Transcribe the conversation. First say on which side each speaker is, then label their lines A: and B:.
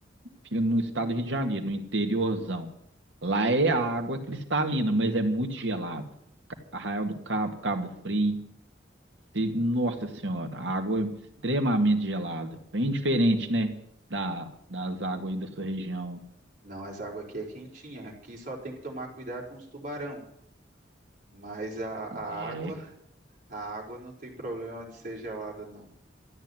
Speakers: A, on the right; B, on the right.
A: Fica no estado do Rio de Janeiro, no interiorzão. Lá é a água cristalina, mas é muito gelada. Arraial do Cabo, Cabo Frio. E, nossa senhora, água é extremamente gelada. Bem diferente, né? Da, das águas aí da sua região.
B: Não, as águas aqui é quentinha, aqui só tem que tomar cuidado com os tubarão, mas a, a
A: É,
B: água, a água não tem problema de ser gelada, não.